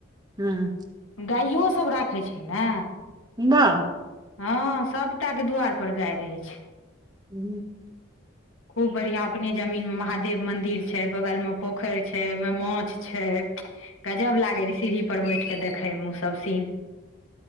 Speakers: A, on the right (about 20°); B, on the left (about 90°).
A: हूँ
B: गाइयो सब राखै छै ने
A: बाह
B: हँ सबटाके दुआरिपर गाय रहै छै
A: हू
B: खूब बढ़ियां अपने जमीन महादेव मंदिर छै बगल मे पोखेरि छै ओहिमे मोछ छै गजब लागे रहे सीढ़ी पर बैठके देखे मे सब सीन